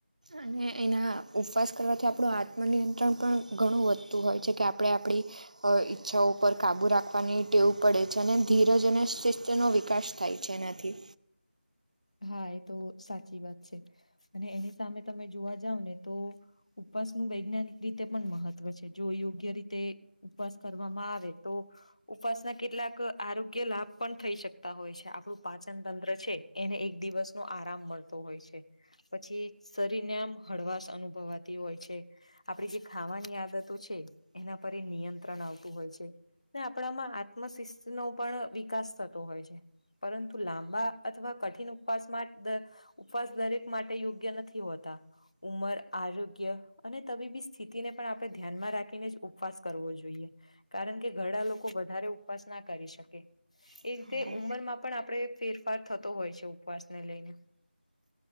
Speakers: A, on the right; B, on the left.
A: અને એના ઉપવાસ કરવાથી આપણું આત્મનિયંત્રણ પણ ઘણું વધતું હોય છે, કે આપણે આપણી અ ઈચ્છાઓ પર કાબુ રાખવાની ટેવ પડે છે અને ધીરજ અને શિસ્તનો વિકાસ થાય છે, એનાથી
B: હા, એ તો સાચી વાત છે. અને એની સામે તમે જોવા જાવ ને તો ઉપવાસનું વૈજ્ઞાનિક રીતે પણ મહત્વ છે. જો યોગ્ય રીતે ઉપવાસ કરવામાં આવે તો ઉપસના કેટલાક આરોગ્ય લાભ પણ થઈ શકતા હોય છે, આપણું પાચન તંત્ર છે. એને એક દિવસનો આરામ મળતો હોય છે. પછી શરીરને આમ હળવાશ અનુભવાતી હોય છે. આપડી જે ખાવાની આદતો છે, એના પર એ નિયંત્રણ આવતું હોય છે. ને આપણામાં આત્મશિસ્તનો પણ વિકાસ થતો હોય છે. પરંતુ લાંબા અથવા કઠિન ઉપસ ઉપવાસ દરેક માટે યોગ્ય નથી હોતા ઉંમર આરોગ્ય અને તબીબી સ્થિતિને પણ આપણે ધ્યાનમાં રાખીને જ ઉપવાસ કરવો જોઈએ. કારણ કે ઘડા લોકો વધારે ઉપવાસ ના કરી શકે. એ
A: હા.
B: રીતે
A: પણ
B: ઉંમરમાં પણ આપણે ફેરફાર થતો હોય છે. ઉપવાસને લઈને